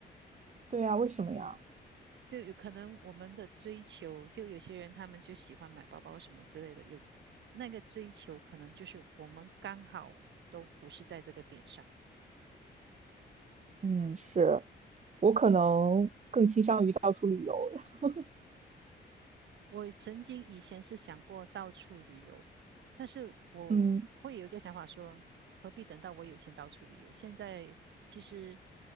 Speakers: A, on the right; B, on the right.
A: 对呀，为什么呀？
B: 就有可能我们的追求，就有些人他们就喜欢买包包什么之类的，有那个追求，可能就是我们刚好都不是在这个点上。
A: 嗯，是我可能更倾向于到处旅游。<laughs>
B: 我曾经以前是想过到处旅游，但是我会有一个想法说，
A: 嗯
B: 何必等到我有钱到处旅游？现在其实